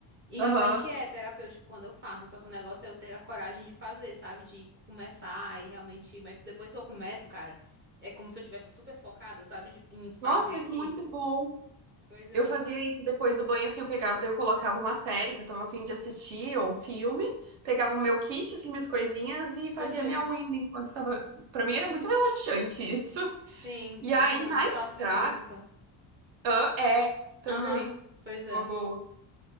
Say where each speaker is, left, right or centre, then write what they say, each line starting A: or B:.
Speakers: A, on the right (about 25°); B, on the right (about 65°).
A: E realmente
B: Aham.
A: é terapêutico quando eu faço, só que o negócio é eu ter a coragem de fazer, sabe? De começar e realmente. Mas depois que eu começo, cara, é como se eu tivesse super focada, sabe? De, em fazer
B: Nossa,
A: aqui.
B: é muito bom.
A: Pois é.
B: Eu fazia isso depois do banho, assim, eu pegava, daí eu colocava uma série que eu tava a fim de assistir, ou um filme, pegava o meu kit, assim, minhas coisinhas e fazia
A: Perfeito.
B: minha unha enquanto tava. Pra mim era muito relaxante <laughs> isso.
A: Sim,
B: E aí
A: normalmente
B: na
A: eu
B: estrada.
A: faço com música.
B: Hã? é, também,
A: Aham, pois é.
B: uma boa.